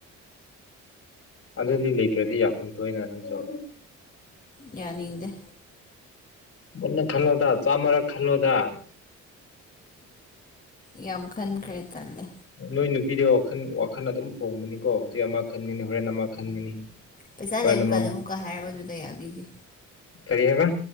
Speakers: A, on the left; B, on the left.
A: ꯑꯗꯨꯗꯤ ꯂꯩꯇ꯭ꯔꯗꯤ ꯌꯥꯐꯝ ꯊꯣꯛꯏꯅ ꯅꯪꯁꯨ
B: ꯌꯥꯅꯤꯡꯗꯦ
A: ꯃꯨꯟꯅ ꯈꯜꯂꯨꯗ ꯆꯥꯝꯃꯔꯛ ꯈꯜꯂꯨꯗ
B: ꯌꯥꯝ ꯈꯟꯈ꯭ꯔꯦ ꯇꯜꯂꯦ
A: ꯅꯣꯏ ꯅꯨꯄꯤꯗꯤ ꯋꯥꯈꯜ ꯋꯥꯈꯜ ꯑꯗꯨꯝ ꯍꯣꯡꯕꯅꯤꯀꯣ ꯍꯧꯖꯤꯛ ꯑꯃ ꯈꯟꯒꯅꯤ ꯍꯣꯔꯦꯟ ꯑꯃ ꯈꯟꯒꯅꯤ
B: ꯄꯩꯁꯥ
A: ꯍꯣꯔꯦꯟ
B: ꯂꯩꯕ
A: ꯑꯃ
B: ꯀꯥꯟꯗ ꯑꯃꯨꯛꯀ ꯍꯥꯏꯔꯛꯑꯣ ꯗꯨꯗ ꯌꯥꯕꯤꯒꯦ
A: ꯀꯔꯤ ꯍꯥꯏꯕ